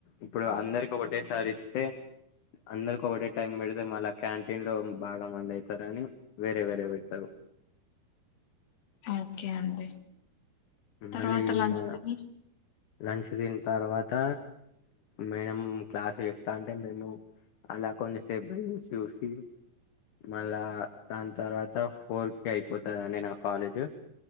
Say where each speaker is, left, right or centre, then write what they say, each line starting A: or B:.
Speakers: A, on the left; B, on the left.
A: ఇప్పుడు అందరికి ఒకటేసారి ఇస్తే అందరుకి ఒకటే టైం పెడితే మళ్ళా క్యాంటీన్ లో బాగా మంది అవుతారుని వేరే వేరే పెడతారు
B: ఓకే అండి తర్వాత
A: మళ్ళీ
B: లంచ్
A: మా
B: తిని
A: లంచ దన్ తర్వా త మేనం క్లాస్ చెప్తా అంటే మేము అలా కొన్ని సేపు రీల్స్ చూసి మళ్ళా దాని తర్వాత ఫోర్ క అయిపోతందిండి నా కాలేజు